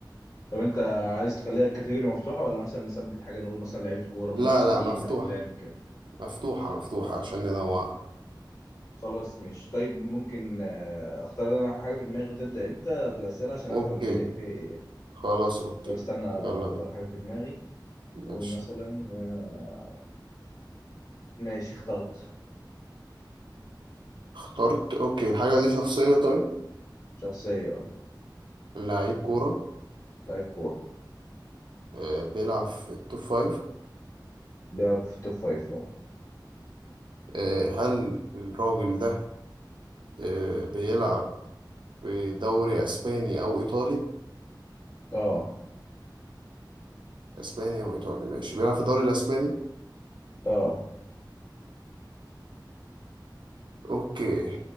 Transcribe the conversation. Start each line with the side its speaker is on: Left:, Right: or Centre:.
Left: طب انت عايز تخليها الكاتيجوري مفتوحه ولا مثلا نثبت حاجه نقول مثلا لعيبه كوره ممثلين
Right: لا لا مفتوحة
Left: افلام كده
Right: مفتوحة مفتوحة عشان ننوعها
Left: خلاص ماشي طيب ممكن آه، اختار انا حاجه في دماغي وتبدا انت بالاسئله عشان
Right: اوكي
Left: افهم الدنيا فيها ايه يعني.
Right: خلاص اوكي
Left: طب استنى
Right: يلا
Left: اختار
Right: بينا
Left: حاجه في دماغي
Right: ماشي
Left: واقول مثلا آه، ماشي اخترت
Right: اخترت اوكي الحاجة دي شخصية طيب
Left: شخصيه آه،
Right: لعيب كورة
Left: لعيب كوره
Right: آه، بيلعب في التوب فايف
Left: ده في التوب فايف اه
Right: آه، هل الراجل ده آه، بيلعب في دوري اسباني او ايطالي
Left: اه
Right: اسبانيا وايطالي ماشي بيلعب في الدوري الاسباني
Left: اه
Right: اوكي